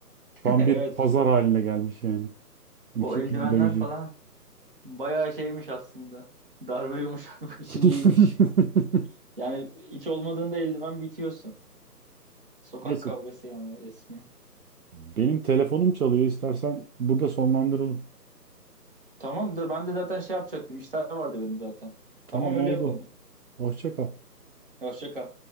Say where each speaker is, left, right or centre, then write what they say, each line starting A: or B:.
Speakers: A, on the right; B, on the right.
A: <laughs>
B: Tam
A: Evet.
B: bir pazar haline gelmiş yani. Hani
A: O
B: kim
A: eldivenler
B: kimi dövecek.
A: falan bayağı şeymiş aslında. Darbe yumuşatmak için
B: <laughs>
A: iyiymiş. Yani hiç olmadığında eldiven bitiyorsun. Sokak
B: Neyse.
A: kavgası yani resmi.
B: Benim telefonum çalıyor İstersen burada sonlandıralım.
A: Tamamdır. Ben de zaten şey yapacaktım. İşler vardı benim zaten.
B: Tamam
A: Tamam öyle
B: oldu.
A: yapalım.
B: Hoşça kal.
A: Hoşça kal.